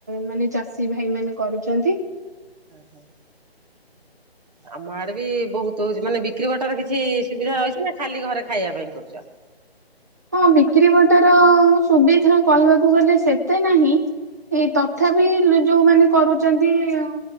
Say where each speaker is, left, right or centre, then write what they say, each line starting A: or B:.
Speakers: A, on the right; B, on the right.
A: ମାନେ ଚାଷୀ ଭାଇ ମାନେ କରୁଚନ୍ତି।
B: ଓ ହୋ ଆମ ଆଡେ ବି ବହୁତ ହଉଚି ମାନେ ବିକ୍ରି ବାଟରେ କିଛି ସୁବିଧା ରହିଛି ନା ଖାଲି ଘରେ ଖାଇବା ପାଇଁ କରୁଚ।
A: ହଁ ବିକ୍ରି ବାଟର ସୁବିଧା କହିବାକୁ ଗଲେ ସେତେ ନାହିଁ ଏଇ ତଥାପି ତଥାପି ଯୋଉମାନେ କରୁଚନ୍ତି ଆଉ